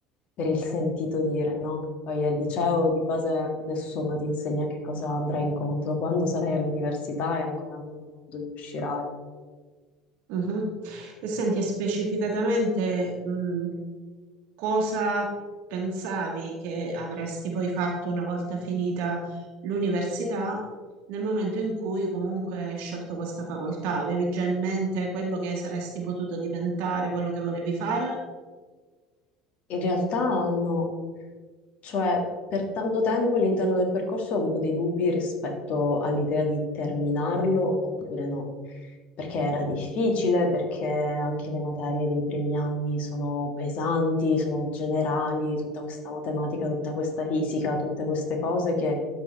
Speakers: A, on the left; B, on the right.
A: per il sentito dire, no? Poi al liceo di base nessuno ti insegna che cosa andrai incontro, quando sarai all'università e ancora meno quando ne uscirai.
B: Mhm. E senti, e specificatamente, mh, cosa pensavi che avresti poi fatto una volta finita l'università, nel momento in cui comunque hai scelto questa facoltà? Avevi già in mente quello che saresti potuto diventare, quello che volevi fare?
A: In realtà no, Cioè, per tanto tempo all'interno del percorso ho avuto dei dubbi rispetto all'idea di terminarlo oppure no, perché era difficile, perché anche le materie dei primi anni sono pesanti, sono generali, tutta questa matematica, tutta questa fisica, tutte queste cose che